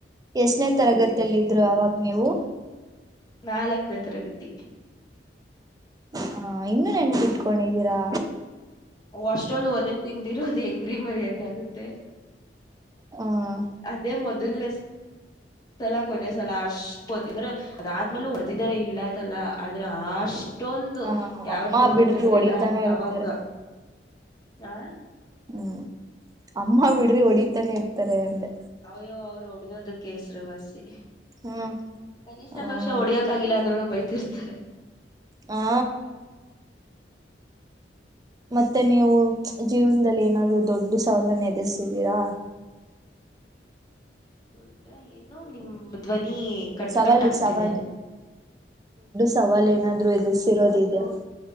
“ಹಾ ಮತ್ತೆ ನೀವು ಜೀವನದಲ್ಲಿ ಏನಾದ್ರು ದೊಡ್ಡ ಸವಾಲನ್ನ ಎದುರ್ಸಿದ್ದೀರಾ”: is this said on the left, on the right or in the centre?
Right